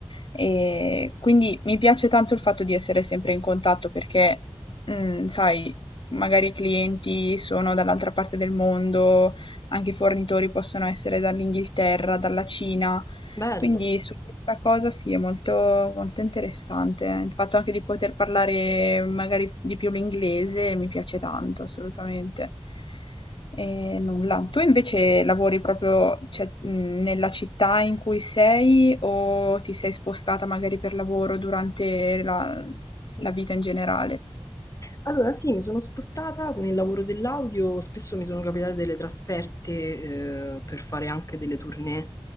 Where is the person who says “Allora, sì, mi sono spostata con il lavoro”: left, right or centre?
Left